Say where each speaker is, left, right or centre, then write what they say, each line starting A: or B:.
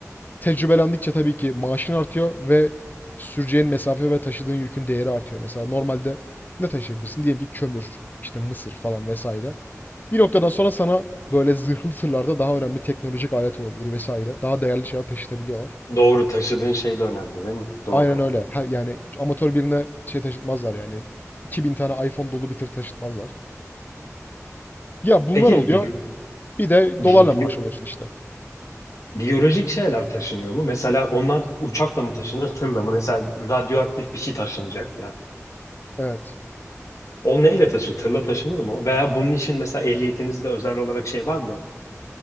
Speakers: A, on the left; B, on the left.
A: Tecrübelendikçe tabii ki maaşın artıyor ve süreceğin mesafe ve taşıdığın yükün değeri artıyor. Mesela normalde ne taşıyabilirsin? Diyelim ki kömür, işte mısır falan vesaire. Bir noktadan sonra sana böyle zırhlı tırlarda daha önemli teknolojik alet olabilir vesaire. Daha değerli şeyler taşıtabiliyorlar.
B: Doğru taşıdığın şey de önemli değil mi? Doğru.
A: Aynen öyle. Ha, yani amatör birine şey taşıtmazlar yani. 2000 tane iPhone dolu bir tır taşıtmazlar. Ya bunlar
B: Peki
A: oluyor.
B: bi-
A: Bir de dolarla
B: bi- biyo-
A: maaş alıyorsun işte.
B: biyolojik şeyler taşınıyor mu? Mesela onlar uçakla mı taşınır, tırla mı? Mesela radyoaktif bir şey taşınacak ya.
A: Evet.
B: O neyle taşır? Tırla taşınır mı? o? Veya bunun için mesela ehliyetinizde özel olarak şey var mı?